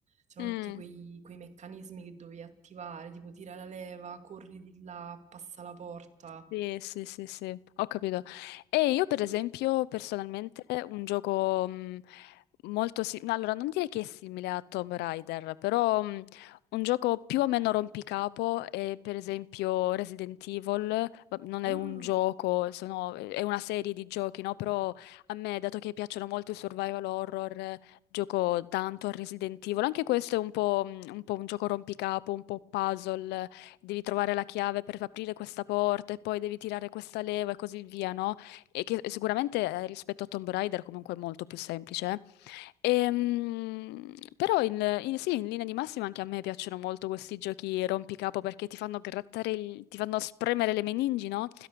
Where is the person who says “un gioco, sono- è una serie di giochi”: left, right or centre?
Left